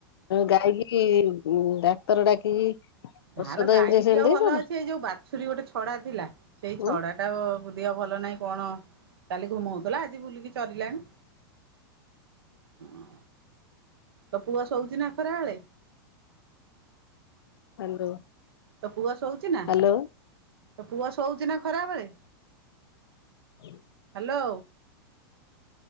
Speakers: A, on the left (about 85°); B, on the right (about 80°).
A: ଗାଇକି ଇ ଡାକ୍ତର ଡାକିକି
B: ନା
A: ଔଷଧ
B: ଲୋ ଗାଈ
A: ଇଞ୍ଜେକ୍ସନ
B: ଦିହ
A: ଦେଇଛ
B: ଭଲ
A: ନା?
B: ଅଛି। ଏଇ ଯୋଉ ବାଛୁରୀ ଗୋଟେ ଛଡା ଥିଲା। ସେଇ ଛଡା
A: ଉଁ
B: ଟା ଦିହ ଭଲ ନାଇଁ କଣ କାଲି ଘୁମଉଥିଲା ଆଜି ବୁଲିକି ଚରିଲାଣି। ହଁ ତ ପୁଅ ଶୋଉଛି ନା ଖରାବଳେ?
A: ହାଲୋ।
B: ତୋ ପୁଅ ଶୋଉଚି ନା?
A: ହାଲୋ
B: ତ ପୁଅ ଶୋଉଛି ନା ଖରାବେଳେ?
A: <inaudible>
B: ହାଲୋ।